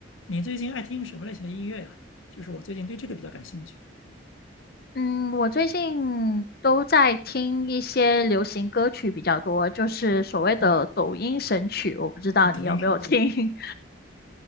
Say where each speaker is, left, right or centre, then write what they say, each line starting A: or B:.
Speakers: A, on the left; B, on the left.
A: 你最近爱听什么类型的音乐呀？就是我最近对这个比较感兴趣
B: 嗯，我最近都在听一些流行歌曲比较多，就是所谓的抖音神曲，
A: 嗯，
B: 我不知道你有没有听，
A: <laughs> 抖音神曲。